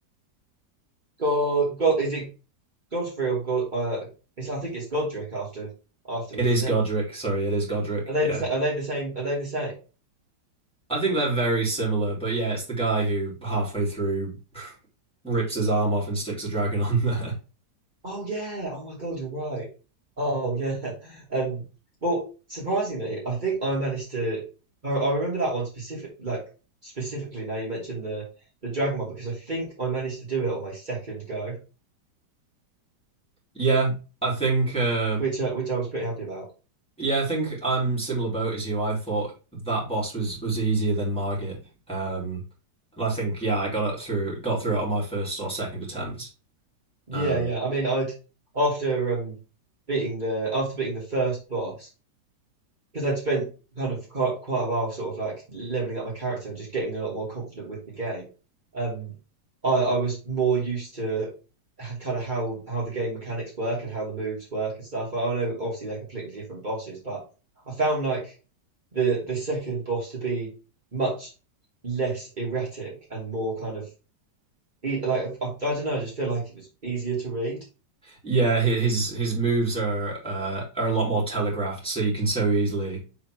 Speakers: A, on the right; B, in the centre.
A: God, God, is it Godfrey or God? Uh, it's I think it's Godric after afterwards,
B: It is
A: isn't
B: Godric.
A: it?
B: Sorry, it is Godric.
A: Are they
B: Yeah,
A: the sa- are they the same? Are they the same?
B: I think they're very similar. But yeah, it's the guy who halfway through <laughs> rips his arm off and sticks a dragon on there. <laughs>
A: Oh yeah. Oh my God, you're right. Oh yeah. <laughs> Um. Well, surprisingly, I think I managed to. I, I remember that one specific, like specifically. Now you mentioned the the dragon one because I think I managed to do it on my second go,
B: Yeah, I think. Uh,
A: which uh, which I was pretty happy about.
B: Yeah, I think I'm similar boat as you. I thought that boss was was easier than Margit. Um, and I think yeah, I got up through got through it on my first or second attempt.
A: Yeah,
B: Um,
A: yeah. I mean, I'd after um beating the after beating the first boss because I'd spent kind of quite, quite a while sort of like leveling up my character and just getting a lot more confident with the game. Um, I I was more used to kind of how how the game mechanics work and how the moves work and stuff. I know obviously they're completely different bosses, but I found like the the second boss to be much less erratic and more kind of e- like I, I don't know. I just feel like it was easier to read.
B: yeah, hi- his his moves are uh, are a lot more telegraphed, so you can so easily